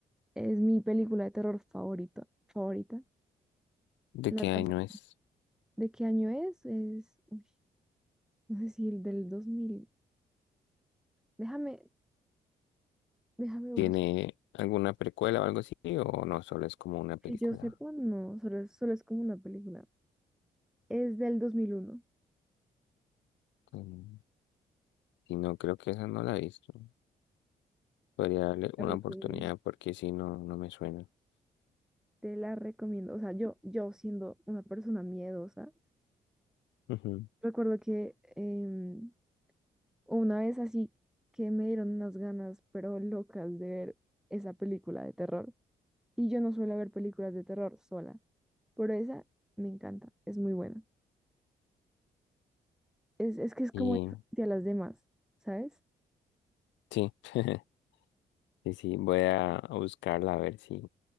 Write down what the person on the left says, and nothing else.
¿de
qué
año
es?
¿Tiene alguna precuela o algo así? ¿O no? Solo es como una película.
Mm, Y no, creo que esa no la he visto. Podría darle
una
oportunidad porque si no, no me suena.
Ujú.
Y
sí, <laughs> sí, sí, voy a a buscarla a ver si.